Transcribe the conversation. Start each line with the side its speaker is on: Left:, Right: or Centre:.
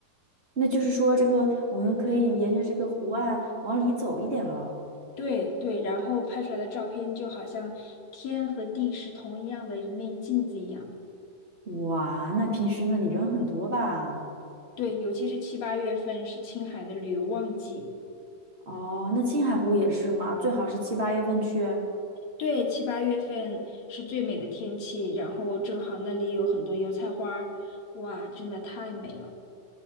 Right: 那就是说，这个我们可以沿着这个湖岸往里走一点了。
Left: 对对，然后拍出来的照片就好像天和地是同一样的一面镜子一样。
Right: 哇，那平时那里人很多吧？
Left: 对，尤其是七八月份是青海的旅游旺季，
Right: 哦，那青海湖也是吗？最好是七八月份去。
Left: 对，七八月份是最美的天气，然后正好那里有很多油菜花儿，哇，真的太美了。